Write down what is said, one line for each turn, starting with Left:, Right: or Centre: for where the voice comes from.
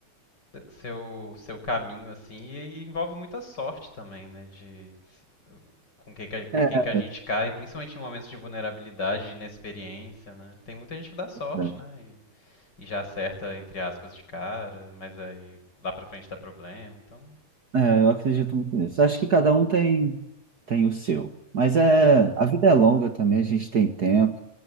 Left: seu, seu caminho, assim, e, e envolve muita sorte também, né? De se- com quem que a- com
Right: É, é,
Left: quem que a gente cai, principalmente em momentos de vulnerabilidade, de inexperiência, né? Tem muita gente que dá sorte,
Right: é,
Left: né? E, e já acerta, entre aspas, de cara, mas aí lá pra frente dá problema, então.
Right: É, eu acredito muito nisso. Acho que cada um tem, tem o seu. Mas
Left: Uhum.
Right: é, a vida é longa também, a gente tem tempo.